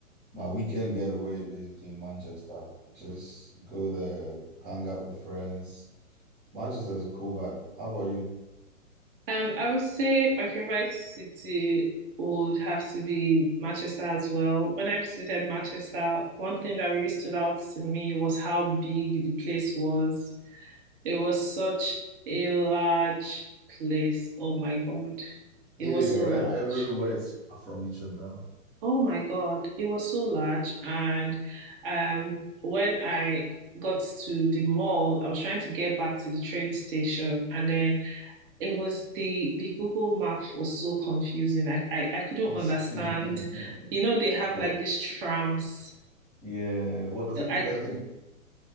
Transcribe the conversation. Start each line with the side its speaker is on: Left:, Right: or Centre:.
Centre: my weekend getaway basically in Manchester. Just go there, hang out with friends. Manchester is a cool vibe. How about you?
Right: Um, I would say my favorite city would have to be Manchester as well. When I visited Manchester, one thing that really stood out to me was how big the place was. It was such a large place. Oh my God.
Centre: Yeah,
Right: It was
Centre: you're
Right: so large.
Centre: right. Everywhere is far from each other.
Right: Oh my God. It was so large. And um, when I got to the mall, I was trying to get back to the train station and then it was the the Google Maps was so confusing. I, I I couldn't
Centre: <laughs>
Right: understand. You know, they have
Centre: Well,
Right: like these trams.
Centre: yeah. Was
Right: So
Centre: it
Right: I
Centre: Piccadilly?